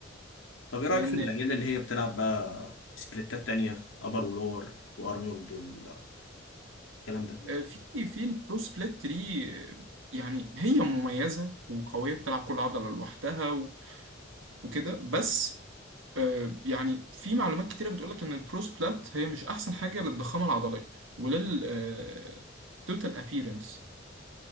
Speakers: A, on the left; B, on the right.
A: طب ايه
B: لان
A: رايك في العيال اللي هي بتلعب بقى سبليتات تانية ابر ولور وارنولد والكلام ده
B: آه، في في البرو سبليت دي آه، يعني هي مميزة وقوية بتلعب كل عضلة لوحدها و- وكده بس آه، يعني في معلومات كتيرة بتقولك إن البرو سبلات هي مش أحسن حاجة للضخامة العضلية ولل توتال أبيرنس